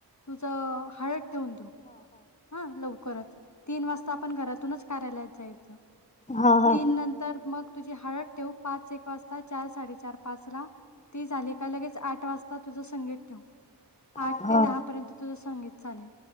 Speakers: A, on the left (about 40°); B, on the left (about 15°).
A: तुझं हळद ठेवून देऊ हा लवकरच तीन वाजता आपण घरातूनच कार्यालयात जायचं
B: हा
A: तीन नंतर मग तुझी हळद ठेव पाच एक वाजता चार साडेचार पाचला झाली का लगेच आठ वाजता तुझं संगीत ठेवू
B: हा
A: आठ
B: हा
A: ते दहा पर्यंत तुझं संगीत चालेल